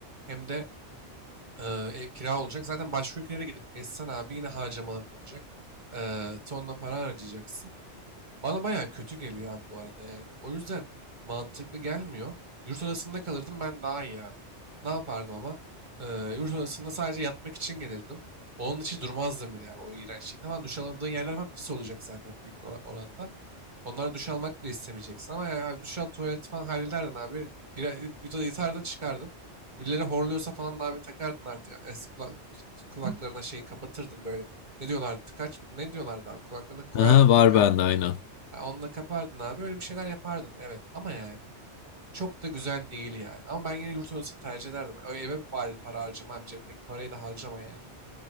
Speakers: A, on the right; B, on the left.
A: hem de Eee, ev kira olacak. Zaten başka ülkelere gidip gezsen abi yine harcamaların olacak. Eee, tonla para harcayacaksın. Bana bayağı kötü geliyor abi bu arada yani. O yüzden mantıklı gelmiyor. Yurt odasında kalırdım ben daha iyi abi. Ne yapardım ama? Eee yurt odasında sadece yatmak için gelirdim. Onun için durmazdım bile yani o iğrençlikte falan. Duş alamadığın yerler falan pis olacak zaten büyük ora- oranda. Onlara duş almak bile istemeyeceksin. Ama yani abi duş al tuvaleti falan hallederdin abi. Girer, yatardın çıkardın. Birileri horluyorsa falan da abi takardın artık. Yani es- kulak, kulaklarına şeyi kapatırdın böyle. Ne diyorlardı? Tıkaç mı? Ne diyorlardı abi? Kulaklarına koyardın
B: Aha,
A: takardın.
B: var bende aynen.
A: Ha, onunla kapardın abi. Öyle bir şeyler yapardın. Evet ama yani. Çok da güzel değil yani. Ama ben yine yurt odasını tercih ederdim. O eve bari para harcamam. Cebimdeki parayı da harcama yani.